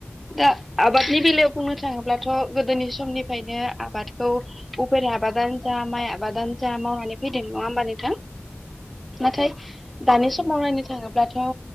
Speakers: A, in the centre; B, on the left.
A: दा आबादनि बेलायाव फंनैसो बुंनो थाङोब्लाथ'
B: औ नोंथां
A: गोदोनि समनिफायनो आबादखौ उफेर आबादानो जा माइ आबादानो जा मावनानै फैदों नङा होमबा नोंथां नाथाय दानि
B: औ
A: समाव
B: नोंथां
A: नायनो थाङोब्लाथ' ओ